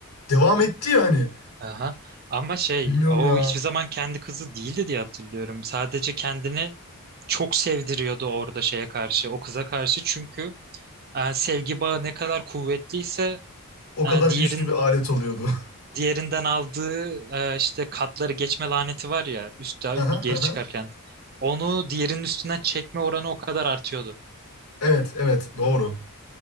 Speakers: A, on the left; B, on the right.
A: devam etti ya hani.
B: Aha. Ama şey
A: Bilmiyorum
B: o
A: ya.
B: hiçbir zaman kendi kızı değildi diye hatırlıyorum. Sadece kendini çok sevdiriyordu orada şeye karşı, o kıza karşı. Çünkü e, sevgi bağı ne kadar kuvvetliyse
A: O kadar
B: e, diğerin
A: güçlü bir alet oluyordu.
B: Diğerinden aldığı e, işte katları geçme laneti var ya üstte
A: <laughs> Hı hı,
B: geri
A: hı
B: çıkarken.
A: hı.
B: Onu diğerinin üstünden çekme oranı o kadar artıyordu.
A: Evet evet doğru.